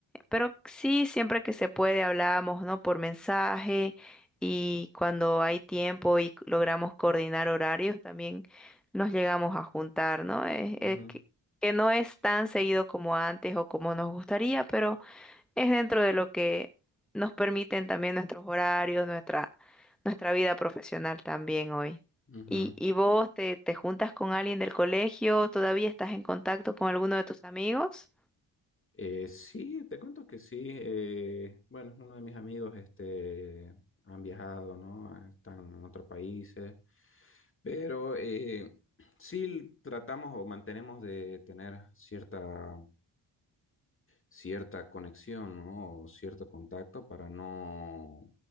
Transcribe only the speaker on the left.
ujú.
Ujú.
Eh, sí, te cuento que sí. eh, bueno, uno de mis amigos este, han viajado, ¿no? Ah, Están en otros países, pero eh, sí tratamos o mantenemos de tener cierta, cierta conexión, ¿no? O cierto contacto para no